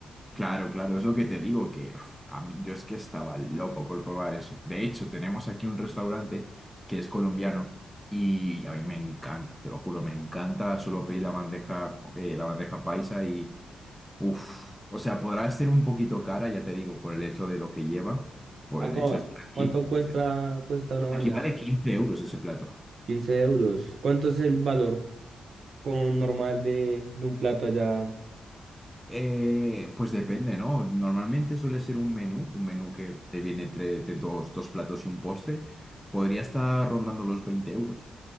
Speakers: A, in the centre; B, on the right (about 50°).
A: claro, claro, es lo que te digo, que uf, a mí yo es que estaba loco por probar eso. De hecho, tenemos aquí un restaurante que es colombiano y a mí me encanta, te lo juro, me encanta. Solo pedir la bandeja, eh, la bandeja paisa y, uff, o sea, podrá ser un poquito cara, ya te digo, por el hecho de lo que lleva, por
B: ¿A
A: el
B: ¿cu-
A: hecho de estar aquí.
B: ¿Cuánto cuesta, cuesta una bandeja?
A: Aquí vale 15 euros ese plato.
B: 15 euros. ¿Cuánto es el valor con normal de, de un plato allá?
A: Eh, pues depende, ¿no? Normalmente suele ser un menú, un menú que te viene entre entre dos, dos platos y un postre. Podría estar rondando los 20 euros.